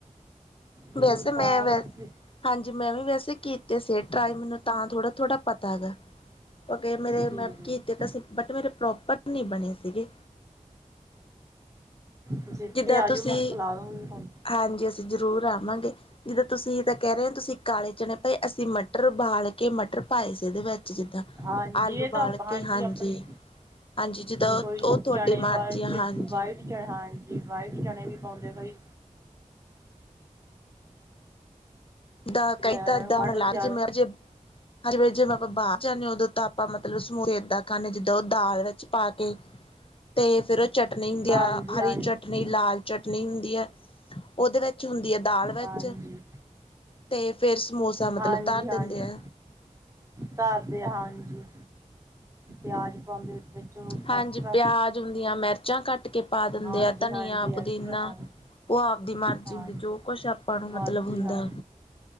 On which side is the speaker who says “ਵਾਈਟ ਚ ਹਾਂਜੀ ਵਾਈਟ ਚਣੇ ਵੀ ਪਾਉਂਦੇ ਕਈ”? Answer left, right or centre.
Right